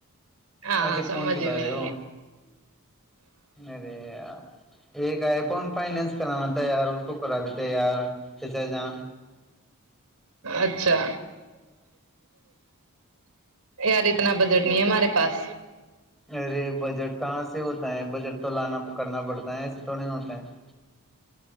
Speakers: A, on the right; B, in the centre.
A: ہاں
B: اچھا
A: سمجھ
B: فون چلا
A: میں
B: رہے ہو
A: ہے
B: ارے ایک آئی فون فائنس کرانا تھا یار اس کو کرا دیتے یار کیسے جان
A: اچھا یار اتنا بجٹ نہیں ہے ہمارے پاس
B: ارے بجٹ کہاں سے ہوتا ہے بجٹ تو لانا کرنا پڑتا ہے ایسے تو نہیں ہوتا ہے